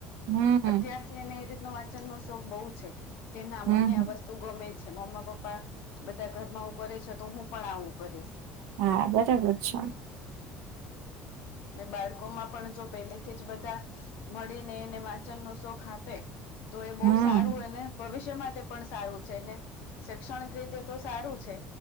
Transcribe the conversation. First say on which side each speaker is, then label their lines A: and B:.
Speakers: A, on the right; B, on the left.
A: હમ
B: અત્યારથી એને એ રીતનો વાંચનનો શોખ બહુ છે. કે ના
A: હમ
B: મને આ વસ્ત તું ગમે છે. મમ્મ પપ્પા બધા ઘરમાં આવું કરે છે તો હું પણ આવું કરીશ.
A: હા બરાબર છે.
B: એટલે બાળકોમાં પણ જો પેલેથી જ બધાં મળીને એને વાચનનો શોખ આપે તો એ બહુ
A: હમ
B: સારું એને ભવિષ્ય માટે પણ સારું છે ને શૈક્ષણિક રીતે તો સારું છે